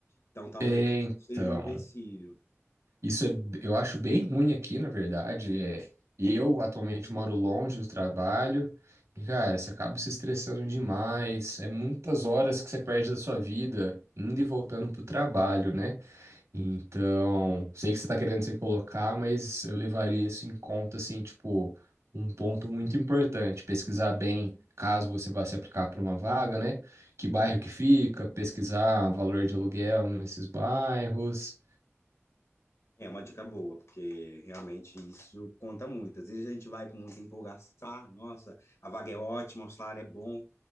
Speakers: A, on the left (about 70°); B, on the right (about 80°).
A: Então, talvez
B: Então,
A: seja um empecilho.
B: isso é, eu acho bem ruim aqui, na verdade. É, eu atualmente moro longe do trabalho e, cara, você acaba se estressando demais. É muitas horas que você perde da sua vida indo e voltando pro trabalho, né? Então, sei que você tá querendo se colocar, mas eu levaria isso em conta, assim, tipo, um ponto muito importante. Pesquisar bem, caso você vá se aplicar para uma vaga, né? Que bairro que fica, pesquisar valor de aluguel nesses bairros.
A: É uma dica boa, porque realmente isso conta muito. Às vezes a gente vai com muita empolgação, "Ah, nossa, a vaga é ótima, o salário é bom,